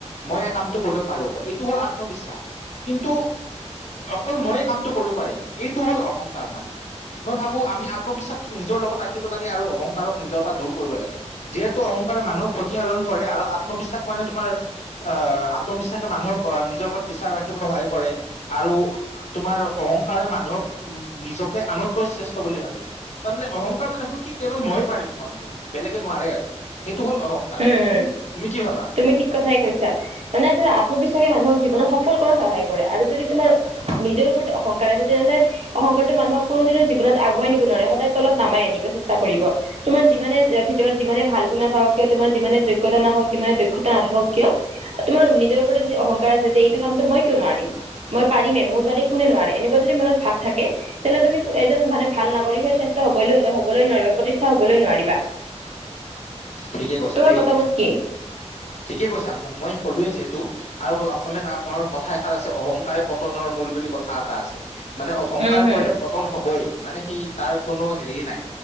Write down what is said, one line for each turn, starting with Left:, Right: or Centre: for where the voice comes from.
Left: মই এই কামটো কৰিব পাৰো এইটো হ'ল আত্মবিশ্বাস কিন্তু। অকল ময়ে কামটো কৰিব পাৰিম এইটো হ'ল অহংকাৰ মানুহৰ মই ভাবো আমি আত্মবিশ্বাসক নিচ। নিজৰ লগত ৰাখিব। আৰু অহংকাৰক নিজৰ পৰা দূৰ কৰিব লাগে যিহেতু অহংকাৰে মানুহৰ ক্ষতি আহৰণ কৰে আৰু আত্মবিশ্বাস মানে তোমাৰ। আত্মবিশ্বাসে মানুহক নিজৰ ওপৰত বিশ্বাস ৰাখিবলৈ সহায় কৰে আৰু। তোমাৰ অহংকাৰে মানুহক নিজকে আনতকৈ শ্ৰেষ্ঠ বুলি ভাবে তাৰমানানে অহংকাৰ মানে হ'ল কি। কেৱল ময়ে পাৰিম কামটো মানে বেলেগে নোৱাৰে আৰু। হ'ল অহংকাৰ
Right: উম উম
Left: তুমি কি ভাবা
Right: তুমি ঠিক কথাই কৈছা মানে ধৰা আত্মবিশ্বাসে মানুহক। জীৱনত সফল কৰাত সহায় কৰে আৰু যদি তোমাৰ নিজৰ ওপৰত অহংকাৰ আছে তেনেহলে অহংকাৰটো মানুহক কোনো। জীৱনত আগুৱাই নিব নোৱাৰে সদায় তলত নামাই আনিব চেষ্টা কৰিব তোমাৰ যিমানে ভিতৰত যিমানে ভাল গুণ নাথাকক। কিয় তোমাৰ যিমানে যোগ্যতা নাথাকক যিমানে দক্ষতা নাথাকক কিয়। তোমাৰ নিজৰ ওপৰত যদি অহংকাৰ আছে যে এইটো কামতো মই কিয় নোৱাৰিম মই পাৰিমে মোৰ। বাদে কোনেও নোৱাৰে এনেকুৱা যদি ভাব থাকে তেনেহলে তুমি এজন ভাল নাগৰিক হোৱাৰ চেষ্টা হবলৈ হবলৈ। নোৱাৰা প্ৰতিষ্ঠা হবলৈ নোৱাৰিবা।
Left: ঠিকে কৈছা
Right: তোমাৰ
Left: দেই
Right: মতামত কি
Left: ঠিকে কৈছা মই ক'লোৱে যিহে। তু আৰু অসমীয়াত আমাৰ কথা এষাৰ আছে অহংকাৰে পতনৰ মূল বুলি কথা এটা আছে। মানে অহংকাৰ
Right: উম হম
Left: কৰিলে পতন হব। হবই মানে সেই তাৰ কোনো হেৰি নাই